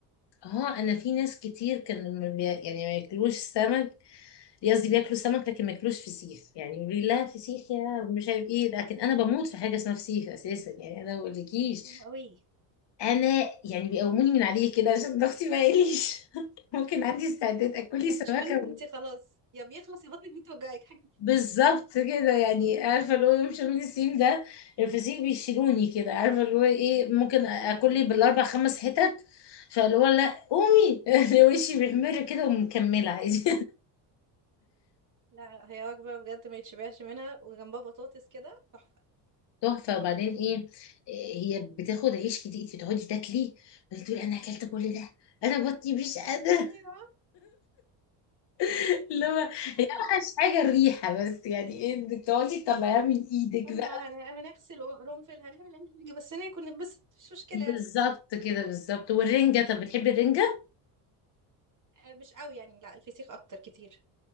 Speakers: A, on the left (about 55°); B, on the right (about 40°).
A: اه انا في ناس كتير كانوا ما بي- يعني ما ياكلوش سمك قصدي بياكلوا سمك لكن ما ياكلوش فسيخ يعني يقولوا لي لا فسيخ يا مش عارف ايه لكن انا بموت في حاجه اسمها فسيخ اساسا يعني
B: آه،
A: انا ما بقولكيش
B: مظلوم قوي
A: انا يعني بيقوموني من عليه كده عشان ضغطي ما يقليش <laughs> ممكن
B: ما
A: عندي استعداد اكل لي سمكه
B: مش منه انت خلاص يا بيخلص يا بطنك بتوجعك حاجه
A: بالظبط كده يعني عارفه اللي هو يوم شم النسيم ده الفسيخ بيشيلوني كده عارفه اللي هو ايه ممكن اكل لي بالاربع خمس حتت فاللي هو لا قومي <laughs> وشي بيحمر كده ومكمله عادي
B: لا هي وجبه بجد ما يتشبعش منها وجنبها بطاطس كده تحفه
A: <laughs> تحفه وبعدين ايه هي بتاخد عيش كتير فتقعدي تاكلي بتقولي انا اكلت كل ده انا بطني مش قادره
B: ايوه
A: <laughs> اللي هو
B: ده حقيقي
A: هي اوحش حاجه الريحه بس يعني ايه انك تقعدي تطلعيها من ايدك
B: اما
A: بقى
B: هن- هنغسل قرنفل هنعمل اي حاجه بس ناكل نتبسط مش مشكله
A: بالظبط
B: يعني
A: كده بالظبط والرنجه طب بتحبي الرنجه
B: آه، مش قوي يعني لا الفسيخ اكتر كتير